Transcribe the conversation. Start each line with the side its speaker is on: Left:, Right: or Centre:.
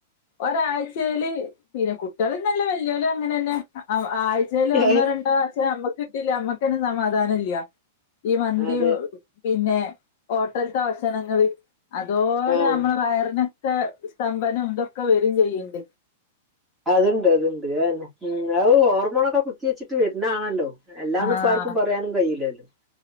Left: ഒരാഴ്ച്ചേല് പിന്നെ കുട്ട്യാള്ന്നല്ല വെല്യോലും അങ്ങനെന്നെ ആ ആഴ് ച്ചേല് ഒന്നോ
Centre: ആഹ്
Left: രണ്ടോ പക്ഷേ നമ്മക്ക് കിട്ടില്ലേ നമ്മക്കെന്നെ സമാധാനം ഇല്ല ഈ മന്തിയും
Centre: അതെ
Left: പിന്നെ ഹോട്ടൽത്തെ ഭഷണങ്ങള് അതോലെ
Centre: ആഹ്
Left: നമ്മളെ വയറിന് ക്കെ സ്തംഭനം തൊക്കെ വെരും ചെയ്യ്ണ്ട്
Centre: അത്ണ്ട് അത്ണ്ട് ഉം അത് ഹോർമോണൊക്കെ കുത്തി വെച്ച്ട്ട് വെര്ണാണല്ലോ അല്ലാന്ന്
Left: ആഹ്
Centre: ഇപ്പാർക്കും പറയാനും കയ്യൂലല്ലോ